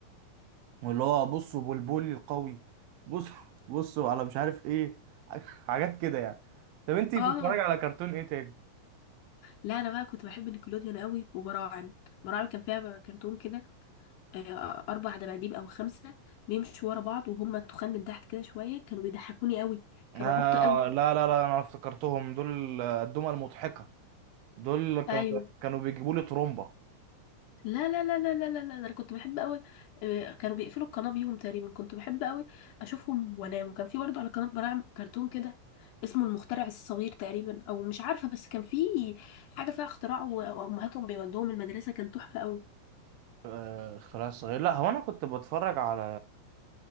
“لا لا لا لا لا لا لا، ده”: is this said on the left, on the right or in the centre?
Left